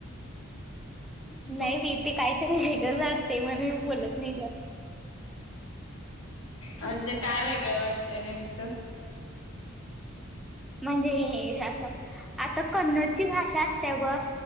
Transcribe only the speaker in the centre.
नाही बाई ते काहीतरी वेगळंच वाटते म्हणून मी बोलत नाही जास्त
म्हणजे ए आता आता कन्नडची भाषा असते ब